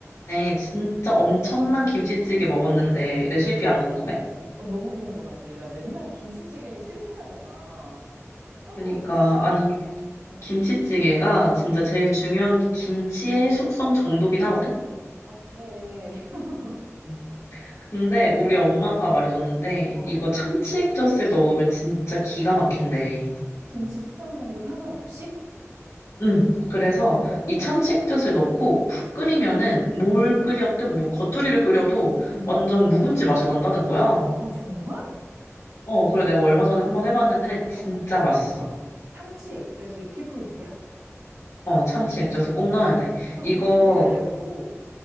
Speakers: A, on the left (about 75°); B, on the right (about 85°).
A: 네, 진짜 엄청난 김치찌개 먹었는데 레시피 안 궁금해?
B: 어, 너무 궁금하지. 나 맨날 김치찌개는 실패하잖아. 성공했어?
A: 그러니까 아니
B: 응.
A: 김치찌개가 진짜 제일 중요한 게 김치의 숙성 정도긴 하거든?
B: 아, 그래. <laughs>
A: 음. 근데 우리
B: 어,
A: 엄마가 말해줬는데
B: 어.
A: 이거 참치 액젓을 넣으면 진짜 기가 막힌대.
B: 김치 숙성 정도 상관없이?
A: 응, 그래서
B: 어, 어.
A: 이 참치 액젓을 넣고 푹 끓이면은 뭘
B: 응,
A: 끓였든 뭐 겉절이를 끓여도
B: 응.
A: 완전 묵은지 맛이 난다는 거야.
B: 어, 정말?
A: 어, 그래 내가 얼마 전에 한번 해봤는데 진짜
B: 어.
A: 맛있어.
B: 참치 액젓이 키포인트야?
A: 어, 참치 액젓을 꼭 넣어야 돼.
B: 아, 조금
A: 이거,
B: 자세히 알려줘. 어,